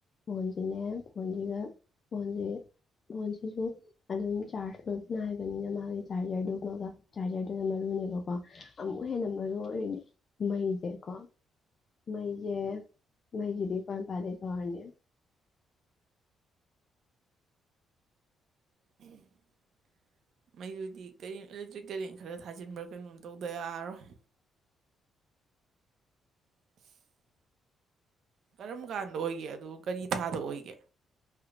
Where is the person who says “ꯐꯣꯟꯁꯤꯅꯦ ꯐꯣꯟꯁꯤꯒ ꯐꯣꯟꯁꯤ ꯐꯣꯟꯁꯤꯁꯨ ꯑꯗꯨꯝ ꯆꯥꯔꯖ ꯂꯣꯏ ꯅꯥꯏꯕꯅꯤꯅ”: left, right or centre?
Left